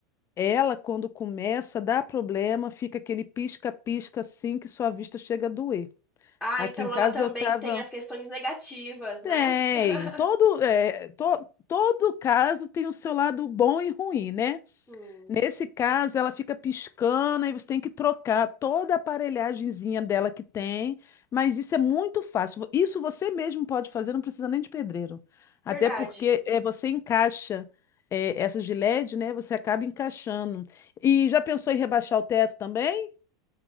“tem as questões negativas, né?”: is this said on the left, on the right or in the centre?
Centre